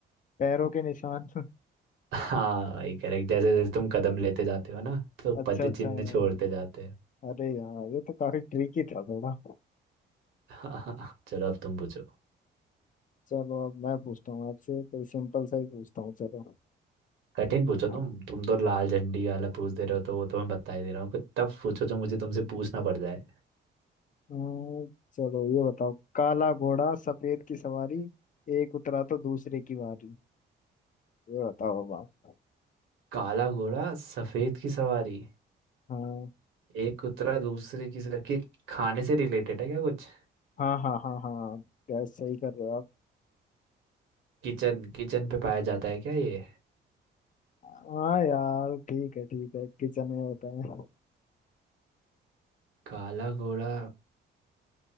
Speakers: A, on the left; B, on the right.
A: पैरों के निशान <laughs>
B: हाँ भाई करेक्ट जैसे जैसे तुम कदम लेते जाते हो ना तो
A: अच्छा
B: पद
A: अच्छा
B: चिन्ह
A: हाँ।
B: छोड़ते जाते
A: अरे यार ये तो काफी ट्रिकी था थोड़ा
B: <laughs> चलो अब तुम पूछो
A: चलो अब मैं पूछता हूँ आपसे कोई सिंपल सा ही पूछता हूँ चलो
B: कठिन
A: हम्म।
B: पूछो तुम तुम तो लाल झंडी वाला पूछ दे रहे हो तो वो तो मैं बता ही दे रहा हूँ कुछ तब पूछो जो मुझे तुमसे पूछना पड़ जाए
A: हम्म, चलो ये बताओ काला घोड़ा सफेद की सवारी एक उतरा तो दूसरे की बारी ये बताओ अब आप
B: काला घोड़ा सफेद की सवारी
A: हाँ
B: एक उतरा दूसरे की सर कि खाने से रिलेटेड है क्या कुछ
A: हाँ हाँ हाँ हाँ गैस सही कर रहे हो आप
B: किचन किचन पे पाया जाता है क्या ये
A: हाँ यार ठीक है ठीक है किचन में होता है
B: काला घोड़ा